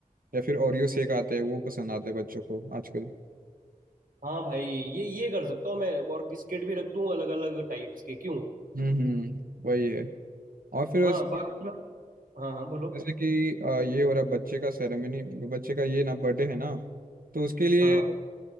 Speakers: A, on the right; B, on the right.
A: या फिर ओरियो शेक आते हैं वो पसंद आते हैं बच्चों को आजकल
B: हाँ भाई ये ये कर सकता हूँ मैं और बिस्किट भी रख दूँ अलग अलग टाइप्स के क्यों
A: हम्म हम्म, वही है और फिर
B: हाँ
A: ऐसे
B: बाकी हाँ हाँ बोलो
A: जैसे कि अ, ये हो रहा है बच्चे का सेरेमनी बच्चे का ये ना बर्थडे है ना तो उसके लिए
B: हाँ हाँ